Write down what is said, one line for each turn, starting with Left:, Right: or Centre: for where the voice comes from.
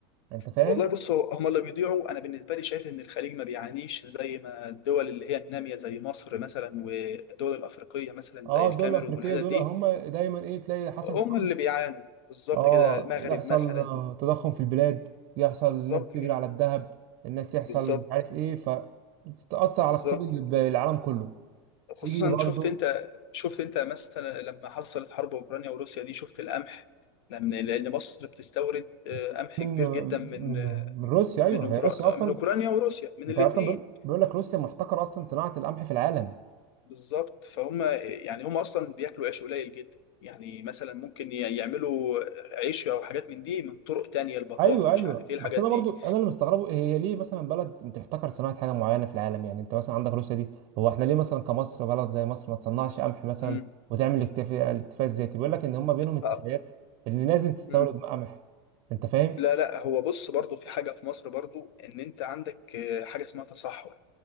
Right: انت فاهم
Left: والله بص هو هم اللي بيضيعوا انا بالنسبه لي شايف ان الخليج ما بيعانيش زي ما الدول اللي هي الناميه زي مصر مثلا والدول الافريقيه مثلا
Right: اه
Left: زي الكاميرون
Right: دول الافريقيه
Left: والحتت
Right: دول
Left: دي
Right: هم دايما ايه تلاقي حصلت
Left: هم
Right: حرب
Left: اللي بيعانوا بالظبط
Right: اه
Left: كده المغرب
Right: يحصل
Left: مثلا
Right: آه، تضخم في البلاد يحصل الناس
Left: بالظبط
Right: تجري
Left: كده
Right: على الذهب الناس يحصل
Left: بالظبط
Right: مش عارف ايه فتأثر
Left: بالظبط
Right: على اقتصاد ال- العالم كله تيجي
Left: خصوصا
Right: برضو
Left: شفت انت شفت انت مثلا لما حصلت حرب اوكرانيا وروسيا دي شفت القمح لان لان مصر بتستورد آه،
Right: بس-
Left: قمح
Right: من
Left: كبير جدا من
Right: من من روسيا
Left: من
Right: ايوه
Left: أوكرا...
Right: هي روسيا اصلا
Left: من اوكرانيا وروسيا من
Right: انت
Left: الاثنين
Right: اصلا بيقول بيقول لك روسيا محتكره اصلا صناعه القمح في العالم
Left: بالظبط فهم يعني هم اصلا بياكلوا عيش قليل جدا يعني مثلا ممكن ي- يعملوا عيش او حاجات من دي من طرق تانية البطاطا
Right: ايوه
Left: مش
Right: ايوه
Left: عارف ايه
Right: بس
Left: الحاجات
Right: انا
Left: دي
Right: برضو انا اللي مستغربه هي ليه مثلا بلد انت تحتكر صناعه حاجه معينه في العالم يعني انت مثلا عندك روسيا دي هو احنا ليه مثلا كمصر بلد زي مصر ما تصنعش قمح مثلا
Left: امم
Right: وتعمل اكتفاء الاكتفاء الذاتي بيقول لك ان هم بينهم
Left: ف...
Right: اتفاقات ان لازم تستورد
Left: امم
Right: قمح انت فاهم
Left: لا لا هو بص برضو في حاجة في مصر برضو ان انت عندك آه، حاجة اسمها تصحر